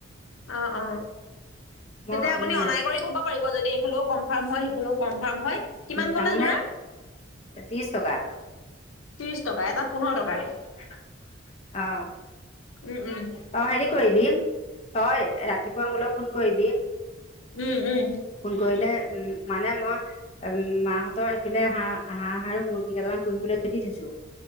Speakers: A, on the left; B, on the left.
A: অ, অ,
B: মই
A: তেতিয়া আপুনি অনাই কৰি থব পাৰিব, যদি এইফালেও কনফাৰ্ম হয়, সেইফালেও কনফাৰ্ম হয়, কিমান
B: তাৰমানে
A: ক'লে যোৰা?
B: ত্ৰিশ টকা।
A: ত্ৰিশ টকা, এটাত পোন্ধৰ টকাকে।
B: অ, অ,
A: উম উম
B: হেৰি কৰি দিম। তই ৰাতিপুৱা মোলৈ ফোন কৰিবি।
A: উম, উম।
B: ফোন কৰিলে, উম, মানে মই উম, মা হঁতৰ সেইপিনে হাঁহ-হাঁহ আৰু মুৰ্গী কেইটামান পুহিবলৈ দি থৈছো।